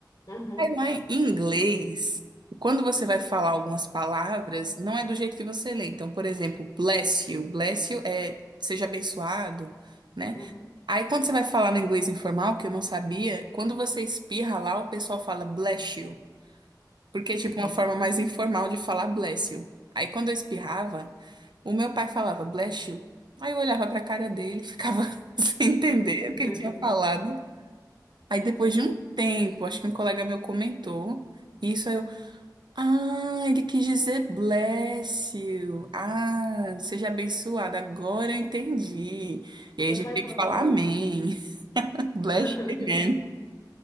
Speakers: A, on the left (about 45°); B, on the right (about 75°).
A: Uhum,
B: Aí lá em inglês, quando você vai falar algumas palavras, não é do jeito que você lê. Então, por exemplo, bless you. Bless you é seja abençoado, né?
A: uhum.
B: Aí quando você vai falar no inglês informal, que eu não sabia, quando você espirra lá, o pessoal fala bless you, porque é
A: uhum.
B: tipo uma forma mais informal de falar bless you. Aí quando eu espirrava, o meu pai falava bless you. Aí eu olhava pra cara dele, e ficava <laughs> sem entender
A: <laughs>
B: o que ele tinha falado. Aí depois de um tempo, acho que um colega meu comentou isso, aí eu, ah, ele quis dizer bless you. Ah, seja abençoada. Agora eu entendi. E
A: Seu
B: aí a gente
A: pai
B: tem
A: fala
B: que falar
A: inglês?
B: amém. <laughs> Bless
A: <laughs>
B: you, man.